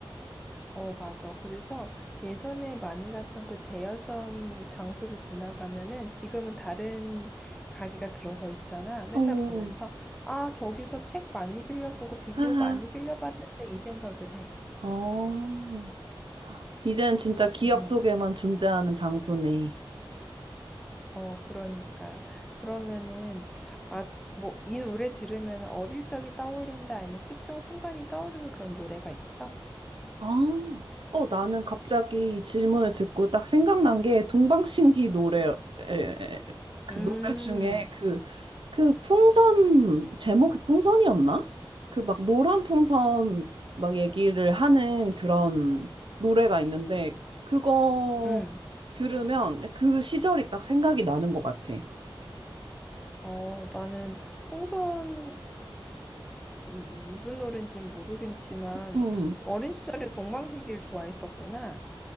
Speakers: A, in the centre; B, on the right (about 70°).
A: 어, 맞아. 그래서 예전에 많이 갔던 그 대여점 장소를 지나가면은 지금은 다른 가게가 들어서 있잖아. 맨날
B: 어,
A: 보면서 아, 저기서 책 많이 빌려보고 비디오
B: 하하.
A: 많이 빌려봤는데 이 생각을 해.
B: 어, 이제는 진짜 기억
A: 음.
B: 속에만 존재하는 장소네.
A: 어, 그러니까. 그러면은, 아, 뭐, 이 노래 들으면 어릴 적이 떠올린다, 아니면 특정 순간이 떠오르는 그런 노래가 있어?
B: 아, 어, 나는 갑자기 이 질문을 듣고 딱 생각난 게 동방신기 노래, 에, 그
A: 음,
B: 노래 중에 그, 그 풍선, 제목이 풍선이었나? 그 막 노란 풍선 막 얘기를 하는 그런 노래가 있는데, 그거
A: 응.
B: 들으면 그 시절이 딱 생각이 나는 것 같아.
A: 어, 나는 풍선, 음, 무슨 노래인지는 모르겠지만,
B: 응,
A: 어린 시절에 동방신기를 좋아했었구나.